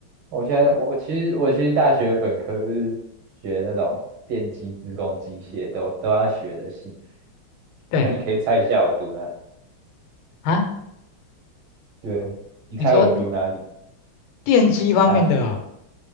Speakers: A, on the right; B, on the left.
A: 我现在我其实我其实大学本科是学那种电机、资工、机械都都要学的系。
B: 对
A: 那你可以猜一下我读哪？
B: 啊，
A: 对，你猜我读哪里？
B: 你说电机方面的哦，
A: 大学。